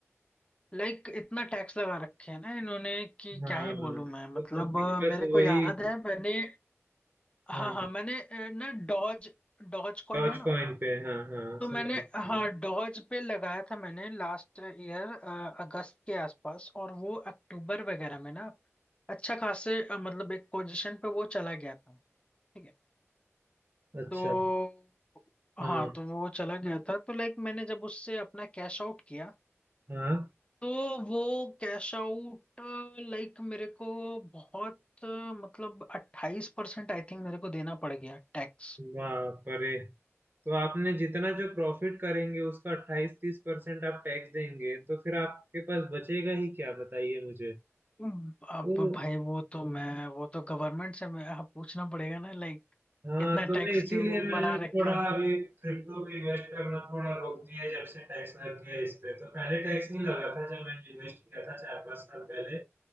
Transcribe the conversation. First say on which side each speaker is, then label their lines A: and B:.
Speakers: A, on the left; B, on the right.
A: लाइक like, इतना टैक्स लगा रखे हैं ना इन्होंने कि
B: हाँ
A: क्या ही
B: तो,
A: बोलूं मैं मतलब
B: तो दिक्कत
A: अ, मेरे
B: तो
A: को
B: वही
A: याद है मैंने हाँ
B: हाँ
A: हाँ मैंने अ, ना डॉज डॉज कॉइन
B: डॉज
A: है ना
B: कॉइन पे हाँ हाँ
A: तो
B: समझ
A: मैंने
B: गया।
A: हाँ डॉज पे लगाया था मैंने लास्ट ईयर अगस्त के आसपास और वो अक्टूबर वगैरह में ना अच्छा खासे अ, मतलब एक पोजीशन पे वो चला गया था ठीक है
B: अच्छा
A: तो
B: हाँ
A: हाँ तो वो चला गया था तो लाइक मैंने जब उससे अपना कैश आउट किया
B: हाँ
A: तो वो कैश आउट लाइक मेरे को बहुत अ, मतलब अट्ठाईस परसेंट आई थिंक मेरे को देना पड़ गया टैक्स
B: वाह परे तो आपने जितना जो प्रॉफिट करेंगे उसका अट्ठाईस तीस परसेंट आप टैक्स देंगे तो फिर आपके पास बचेगा ही क्या बताइए मुझे
A: अब
B: तो
A: भाई वो तो मैं वो तो गवर्नमेंट से मैं हाँ, पूछना पड़ेगा ना लाइक
B: हाँ
A: इतना
B: तो
A: टैक्स
B: मैं इसीलिए
A: क्यों
B: मैंने
A: बढ़ा
B: थोड़ा
A: रखा है
B: अभी क्रिप्टो पे इन्वेस्ट करना थोड़ा रोक दिया जब से टैक्स लग गया इस पे तो पहले टैक्स नहीं लगा था जब मैंने इन्वेस्ट किया था चार पाँच साल पहले